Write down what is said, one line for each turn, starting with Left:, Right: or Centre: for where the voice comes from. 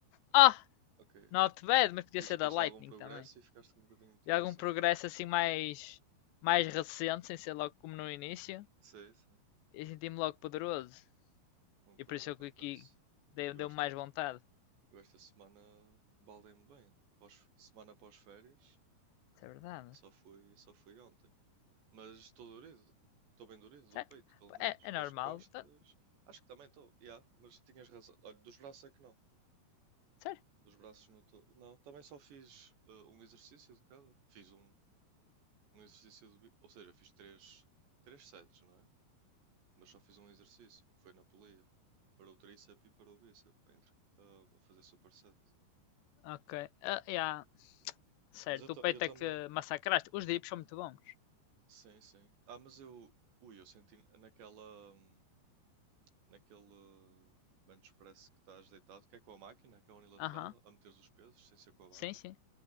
Left: Ah, oh,
Right: Ok.
Left: not bad, mas podia
Right: Viste,
Left: ser da
Right: viste
Left: Lightning
Right: algum progresso
Left: também.
Right: e ficaste com um bocadinho de motivação?
Left: E algum progresso assim mais, mais recente, sem ser logo como no início.
Right: Sim, sim.
Left: E senti-me logo poderoso.
Right: Concordo,
Left: E por isso
Right: acontece.
Left: é que aqui deu-
Right: Eu,
Left: deu-me
Right: esta-
Left: mais vontade.
Right: eu esta semana baldei-me bem. Pós, semana pós férias.
Left: Isso é verdade.
Right: Só fui, só fui ontem. Mas estou dorido. Estou bem dorido do
Left: Sério?
Right: peito, pelo menos.
Left: É, é
Right: Das
Left: normal.
Right: costas.
Left: Tá-
Right: Acho que também estou. Yeah, mas tinhas razão. Olha, dos braços é que não.
Left: Sério?
Right: Dos braços não estou. Não, também só fiz eh, um exercício de cada. Fiz um, um exercício de. bi- Ou seja, fiz três, três sets, não é? Mas só fiz um exercício, que foi na polia. Para o tríceps e para o bíceps. Para entre, ah, a fazer superset.
Left: Ok. Ah, yeah. Certo.
Right: Mas eu, ta-
Left: O peito
Right: eu também.
Left: é que massacraste. Os dips são muito bons.
Right: Sim, sim. Ah, mas eu. Ui, eu senti naquela. hum, naquele bench press que estás deitado, que é com a máquina, que é unilateral,
Left: Aham. Uhum.
Right: a meteres os pesos, sem ser com a
Left: Sim,
Right: barra.
Left: sim.